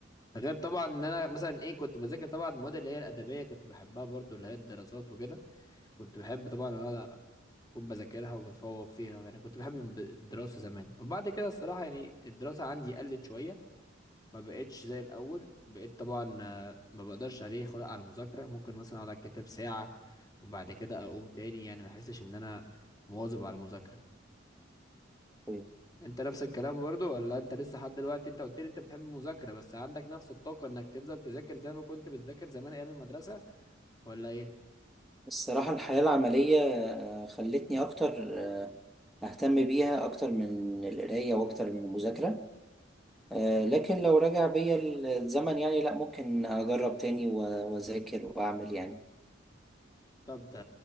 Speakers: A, on the left; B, in the centre.
A: ده غير طبعا ان انا مثلا ايه كنت بذاكر طبعا المواد اللي هي الادبيه كنت بحبها برضو اللي هي الدراسات وكده كنت بحب طبعا ان انا اكون بذاكرها وبتفوق فيها يعني كنت بحب الب- الدراسه زمان وبعد كده الصراحه يعني الدراسه عندي قلت شويه ما بقتش زي الاول بقيت طبعا آه، ما بقدرش عليه خلق على المذاكره ممكن مثلا اقعد على الكتاب ساعه وبعد كده اقوم تاني يعني ما احسش ان انا مواظب على المذاكره
B: طيب.
A: انت نفس الكلام برضو ولا انت لسه لحد دلوقتي انت قلت لي انت بتحب المذاكره بس عندك نفس الطاقه انك تفضل تذاكر زي ما كنت بتذاكر زمان ايام المدرسه ولا ايه
B: الصراحة الحياة العملية آه، خلتني اكتر آه، اهتم بيها اكتر من القراية واكتر من المذاكرة آه، لكن لو رجع بيا الزمن يعني لا ممكن اجرب تاني و- واذاكر واعمل يعني
A: طب ده